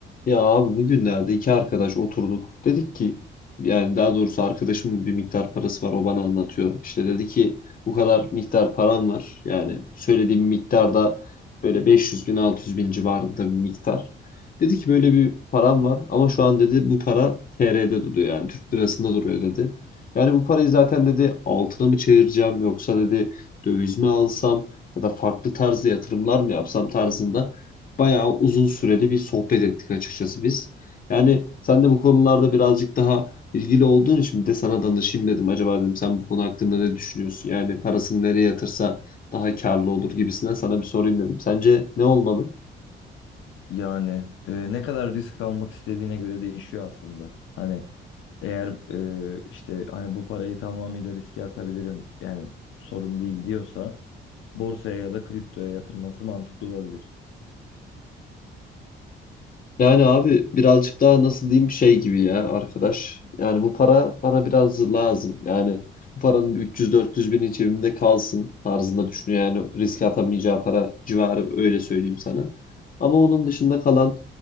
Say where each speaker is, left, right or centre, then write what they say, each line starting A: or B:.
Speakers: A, on the left; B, on the left.
A: Ya abi bugünlerde iki arkadaş oturduk. Dedik ki yani daha doğrusu arkadaşımın bir miktar parası var o bana anlatıyor. İşte dedi ki bu kadar miktar param var. Yani söylediğim miktarda böyle 500 bin 600 bin civarında bir miktar. Dedi ki böyle bir param var ama şu an dedi bu para TR'de duruyor yani Türk lirasında duruyor dedi. Yani bu parayı zaten dedi altına mı çevireceğim yoksa dedi döviz mi alsam ya da farklı tarzda yatırımlar mı yapsam tarzında bayağı uzun süreli bir sohbet ettik açıkçası biz. Yani sen de bu konularda birazcık daha ilgili olduğun için bir de sana danışayım dedim. Acaba dedim sen bu konu hakkında ne düşünüyorsun? Yani parasını nereye yatırsa daha karlı olur gibisinden sana bir sorayım dedim. Sence ne olmalı?
B: Yani e, ne kadar risk almak istediğine göre değişiyor aslında. Hani eğer e, işte hani bu parayı tamamıyla riske atabilirim yani sorun değil diyorsa borsaya ya da kriptoya yatırması mantıklı olabilir.
A: Yani abi birazcık daha nasıl diyeyim şey gibi ya arkadaş. Yani bu para bana biraz lazım. Yani bu paranın bir 300-400 bini cebimde kalsın tarzında düşünüyor. Yani riske atamayacağı para civarı öyle söyleyeyim sana. Ama onun dışında kalan